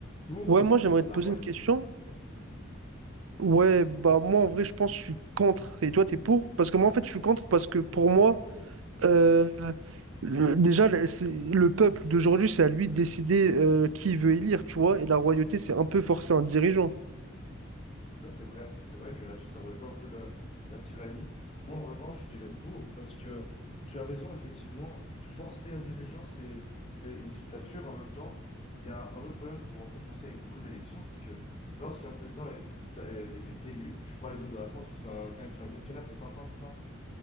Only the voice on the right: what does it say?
Ouais,
moi
j'aimerais te
poser
une question. Ouais, bah moi en vrai je pense que je suis contre et toi t'es pour. Parce que moi en fait je suis contre parce que pour moi, euh, le- déjà le c'est- le peuple d'aujourd'hui c'est à lui de décider euh, qui il veut élire, tu vois, et la royauté c'est un peu forcer un dirigeant.